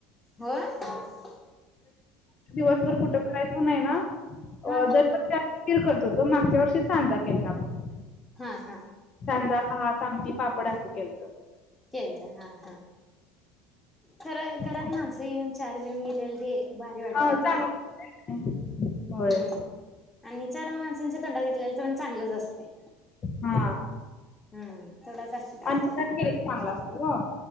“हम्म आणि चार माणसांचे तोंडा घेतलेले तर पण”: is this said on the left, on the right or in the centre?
Left